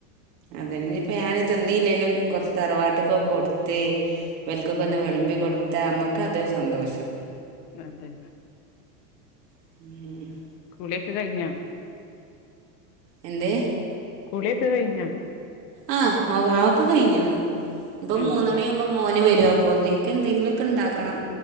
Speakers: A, on the right; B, on the left.
A: അതനി ഇപ്പോ ഞാന് തിന്നില്ലെലും കുറച്ച് തറവാട്ട്ക്കൊക്കെ കൊടുത്തെ ഇവൽക്കൊക്കെ
B: ഉം
A: ഒന്ന് വിളമ്പി കൊടുത്ത നമ്മക്ക് അതൊരു സന്തോഷം
B: അതെ
A: ഉം
B: കുളിയൊക്കെ കഴിഞ്ഞാ
A: എന്തെ
B: കുളിയൊക്കെ കഴിഞ്ഞ
A: ആഹ് ഔ അതൊക്കെ കഴിഞ്ഞണ് ഇപ്പം
B: ഉം
A: മൂന്നണിയ
B: ഉം
A: ആവുമ്പോ മോന് വരുവാ അപ്പോത്തിന് എന്തെങ്കിലുമൊക്കെ ഉണ്ടാക്കണം